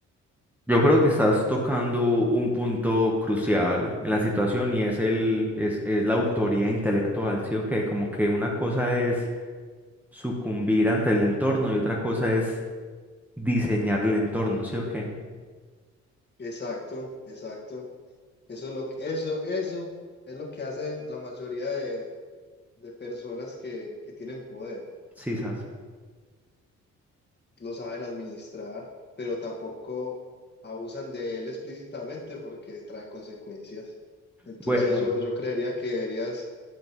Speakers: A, in the centre; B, on the left.
A: Yo creo que estás tocando un punto crucial en la situación y es el es, es la autoría intelectual, ¿sí o qué? Como que una cosa es sucumbir ante el entorno y otra cosa es diseñar el entorno, ¿sí o qué?
B: Exacto, exacto. Eso es lo que, eso, eso es lo que hacen la mayoría de, de personas que, que tienen poder.
A: Sí, sabes.
B: lo saben administrar, pero tampoco abusan de él explícitamente porque trae consecuencias. Entonces
A: Bueno,
B: yo, yo creería que deberías